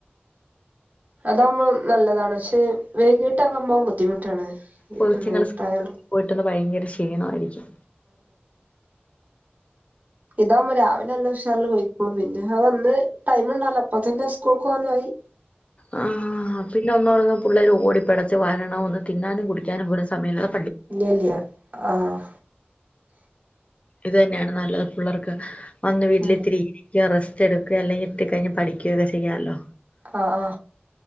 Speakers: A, on the right (about 40°); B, on the left (about 35°).
A: അതാവുമ്പോ നല്ലതാണ് ക്ഷെ വൈകിട്ടക്മ്പോ ബുദ്ധിമുട്ടാണ്
B: കൊച്ചുങ്ങള്
A: നേത്തായാലും
B: പോയിട്ടന്ന് ഭയങ്കര ക്ഷീണമായിരിക്കും
A: ഇതാവുമ്പോ രാവിലെ നല്ല ഉഷാർൽ പോയിക്കോളും പിന്നെ ഹ വന്ന് ടൈംണ്ടല്ലോ പ്പ തന്നെ സ്കൂൾക്ക് പോവാനായി
B: ആഹ് പിന്നെ ഒന്ന് <unintelligible> ള്ളേര് ഓടിപ്പിടച്ച് വരണം ഒന്ന് തിന്നാനും കുടിക്കാനും പോലും സമയമില്ല
A: ല്ല്യ ല്ല്യ ആഹ്
B: ഇത് തന്നെയാണ് നല്ലത് പിള്ളേർക്ക് വന്ന് വീട്ടിലെത്തിരി
A: ഉം
B: ത്ത്യാ റെസ്റ്റ്ടുക്ക അല്ലങ്കിൽ ഇട്ട് കൈഞ് പഠിക്കയൊക്കെ ചെയ്യാലോ
A: ആഹ് ആ